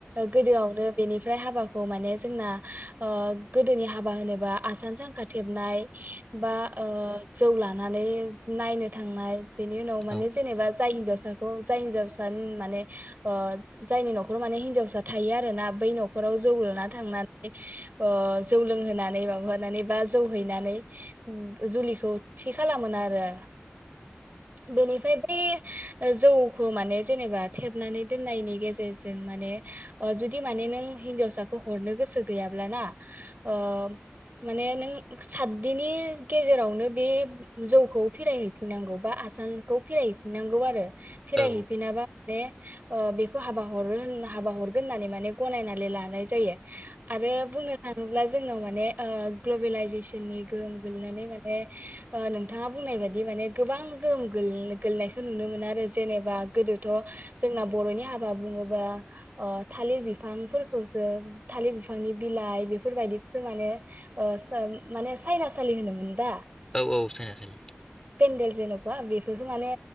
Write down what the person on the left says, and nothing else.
औ
औ
औ, औ सायनासलि।